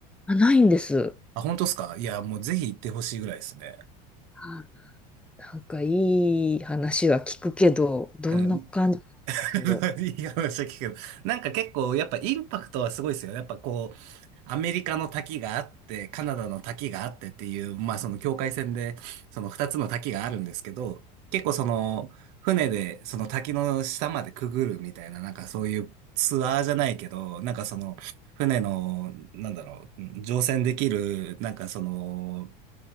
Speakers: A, in the centre; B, on the right (about 55°).
A: あ、ないんです。
B: あ、本当ですかいや、もうぜひ行ってほしいぐらいですね。
A: はいなんかいい話は聞くけど、どんな感じ
B: うん。<laughs>
A: の
B: いい話聞くけど、なんか結構やっぱインパクトはすごいですよ。やっぱこう、アメリカの滝があって、カナダの滝があってっていう、まあその境界線で、その二つの滝があるんですけど、結構その、船でその滝の下までくぐるみたいな、なんかそういうツアーじゃないけど、なんかその、船の、なんだろう、うん乗船できる、なんかその、